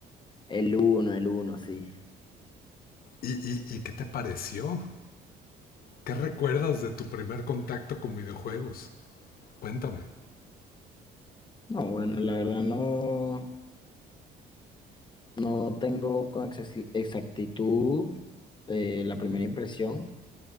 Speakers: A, on the left; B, on the left.
A: El uno el uno sí.
B: ¿Y, y, y qué te pareció? ¿Qué recuerdas de tu primer contacto con videojuegos? Cuéntame.
A: No, bueno, la verdad no, no tengo con exacti- exactitud eh, la primera impresión,